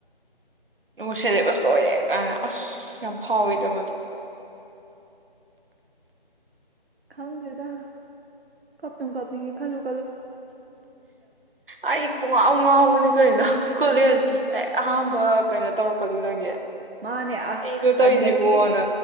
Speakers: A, on the right; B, on the right.
A: ꯎꯝ ꯑꯗꯨꯒꯥ ꯁꯤꯂꯦꯕꯁ ꯂꯣꯏꯔꯦ ꯒꯥꯏꯅꯥ ꯑꯁ꯭ꯍ꯫ ꯌꯥꯝ ꯐꯥꯑꯣꯎꯏ
B: ꯎꯝ
A: ꯗꯥ ꯃꯥ ꯗꯨ꯫
B: ꯈꯪꯒꯗꯦ ꯗꯥ ꯀꯞꯄꯨ ꯀꯄꯅꯤꯡꯒꯦ ꯈ꯭ꯂꯨ꯫
A: ꯑꯩ ꯄꯨꯡ ꯉꯣꯎ ꯉꯣꯎꯕꯅꯦ ꯀꯦꯏꯅꯣ꯫ ꯀꯣꯂꯦꯖꯀꯤ ꯑꯍꯥꯟꯕ ꯀꯩꯅꯣ ꯇꯧꯔꯛꯄꯗꯨꯗꯒꯤ
B: ꯃꯥꯅꯦ
A: ꯑꯩꯅꯣ ꯇꯧꯔꯤꯁꯤꯕꯣꯅ
B: ꯑꯗꯨꯗꯥꯒꯤ